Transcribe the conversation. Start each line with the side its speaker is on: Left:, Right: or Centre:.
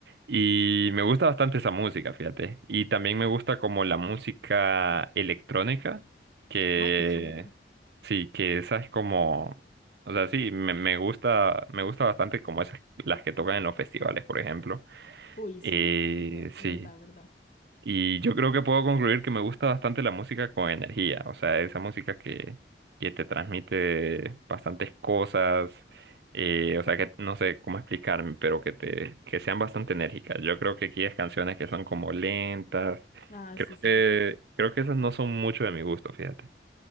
Right: Y me gusta bastante esa música, fíjate. Y también me gusta como la música electrónica, que
Left: Ay, qué chévere.
Right: sí, que esa es como... O sea, sí, me, me gusta, me gusta bastante como esas, las que tocan en los festivales, por ejemplo.
Left: Uy,
Right: Eh,
Left: sí, de,
Right: sí.
Left: de verdad, verdad.
Right: Y yo creo que puedo concluir que me gusta bastante la música con energía. O sea, esa música que, que te transmite bastantes cosas. eh, o sea, que no sé cómo explicarme, pero que te, que sean bastante enérgicas. Yo creo que aquí hay canciones que son como lentas.
Left: Ah,
Right: Creo
Left: sí, sí.
Right: que, creo que esas no son mucho de mi gusto, fíjate.